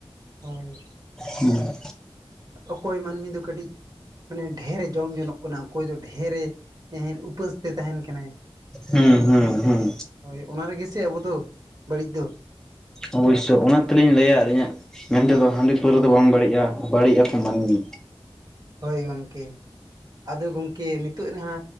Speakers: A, on the right; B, in the centre.
A: ᱦᱳᱭ᱾
B: ᱦᱮᱸ᱾
A: ᱚᱠᱚᱭ ᱢᱟᱱᱢᱤ ᱫᱚ ᱠᱟᱹᱴᱤᱡ ᱢᱟᱱᱮ ᱰᱷᱮᱨᱮ ᱡᱚᱢ ᱡᱚᱱᱚᱜ ᱠᱟᱱᱟ ᱚᱠᱚᱭ ᱫᱚ ᱰᱷᱮᱨᱮ᱾ ᱮᱦᱮᱧ ᱩᱯᱟᱹᱥ ᱛᱮ ᱛᱟᱦᱮᱱ ᱠᱟᱱᱟᱭ᱾
B: ᱦᱮᱸ ᱦᱩᱸ ᱦᱩᱸ᱾
A: ᱦᱳᱭ ᱚᱱᱟ ᱨᱮᱜᱮ ᱥᱮ ᱟᱵᱚ ᱫᱚ ᱵᱟᱹᱲᱤᱡ ᱫᱚ᱾
B: ᱚᱵᱚᱥᱥᱳ ᱚᱱᱟ ᱛᱮᱞᱤᱧ ᱞᱟᱹᱭᱟ ᱟᱹᱞᱤᱧᱟᱹᱜ ᱢᱮᱱᱛᱮᱫᱚ ᱦᱟᱺᱰᱤ ᱯᱟᱹᱣᱨᱟᱹ ᱫᱚ ᱵᱟᱝ ᱵᱟᱹᱲᱤᱡᱼᱟ᱾ ᱵᱟᱹᱲᱤᱡ ᱟᱠᱚ ᱢᱟᱹᱱᱢᱤ᱾
A: ᱦᱳᱭ ᱜᱚᱢᱠᱮ, ᱟᱫᱚ ᱜᱚᱢᱠᱮ ᱱᱤᱛᱚᱜ ᱱᱟᱦᱟ